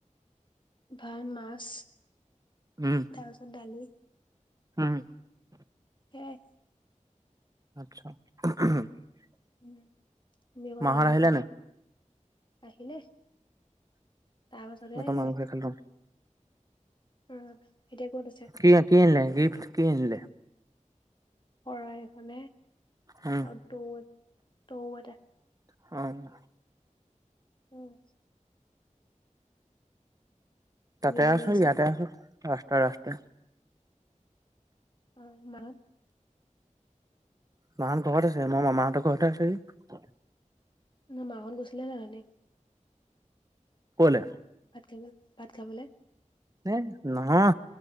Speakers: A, on the left; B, on the right.
A: ভাত মাছ তাৰপিছত
B: উম
A: দালি।
B: উম।
A: সেয়াই।
B: <unintelligible>
A: উম তুমি অকল
B: মাহত
A: মাংখই
B: আহিলে
A: খালা
B: নাই?
A: আহিলে। তাৰপাছতে
B: মটন
A: আহিলে।
B: মাংসই খালো
A: অ এতিয়া ক'ত আছে?
B: কি কি আনিলে গিফ্ট কি আনিলে?
A: শৰাই এখনে
B: উম
A: আৰু তু তও এটা।
B: অহ।
A: উম।
B: তাতে
A: তুমি এতিয়া
B: আছো
A: ক'ত আছা
B: ইয়াতে আছো ৰাস্তাই ৰাস্তাই।
A: অ মানে?
B: মাহঁত ঘৰত আছে মই মামাহঁতৰ ঘৰতে আছোহি।
A: মা হত গৈচিলে নাই উঠনি?
B: ক'লে?
A: ভাত ভাত খাবলে।
B: এ নহয়